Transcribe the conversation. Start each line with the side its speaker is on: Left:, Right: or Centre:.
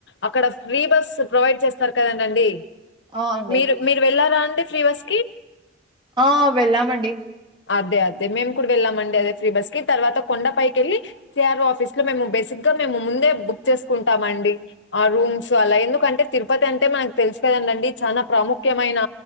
Left: అక్కడ ఫ్రీ బస్ ప్రొవైడ్ చేస్తారు కదండి అండి
Right: ఆ! అండి.
Left: మీరు మీరు వెళ్ళారా ఫ్రీ బస్కీ
Right: ఆ వెళ్ళామండి
Left: అదే అదే మేము కూడా వెళ్ళామండి అదే ఫ్రీ బస్ కి తర్వాత కొండపైకి వెళ్ళి సిఆర్ఓ ఆఫీస్ ఇంకా మేము బేసిక్గా మేము ముందే బుక్ చేసుకుంటాం అండి ఆ రూమ్స్ సో అలా ఎందుకంటే తిరుపతి అంటే మనకు తెలుసు కదండి చాలా ప్రాముఖ్యమైన